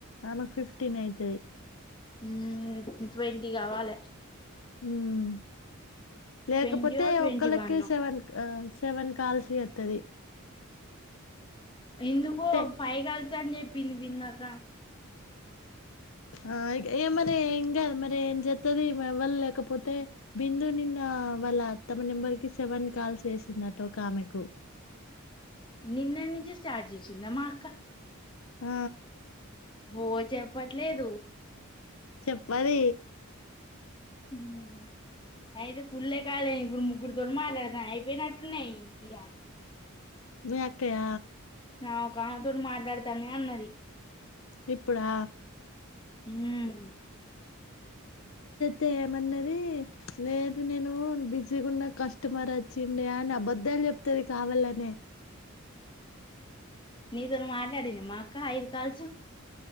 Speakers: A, on the left; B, on the left.
A: ఆమెకు ఫిఫ్టీన్ అయితాయ్
B: ఉమ్ ట్వంటీ కావాలె
A: ఉమ్ లేకపోతే
B: ట్వంటీయో ట్వంటీ
A: ఒకళ్ళకి
B: వన్
A: సెవెన్ సెవెన్ కాల్స్ చెత్తది
B: ఎందుకు
A: టే
B: ఫై కాల్స్ అని చెప్పింది బిందక్కా
A: ఆ ఏమనే మరి ఏం చెత్తది ఏవల్ లేకపోతే బిందు నిన్న వాళ్ళ అత్తమ నెంబర్ కి సెవెన్ వన్స్ కాల్ చేసిందట ఓకామెకు
B: నిన్నటి నుంచే స్టార్ట్ చేసింద మాఅక్క
A: ఆ
B: ఓ చెప్పట్లేదు
A: చెప్పది
B: ఉమ్ అయితే ఫుల్లే కాలే ఇప్పుడు ముగ్గురు తొనీ మాట్లాడిన అయిపోయినట్టున్నాయి ఇగ
A: మీ అక్కయ్య
B: నా ఒక ఆమెతోని మాట్లాడతానే అన్నది
A: ఇప్పుడా
B: ఉమ్
A: తేమన్నది లేదు నేను బిస్ సీగా ఉన్న కస్టమర్ వచ్చిండే అని అబద్దాలు చెప్తుది కావాలనే
B: నీతోని మాట్లాడింది మా అక్క ఐదు కాల్స్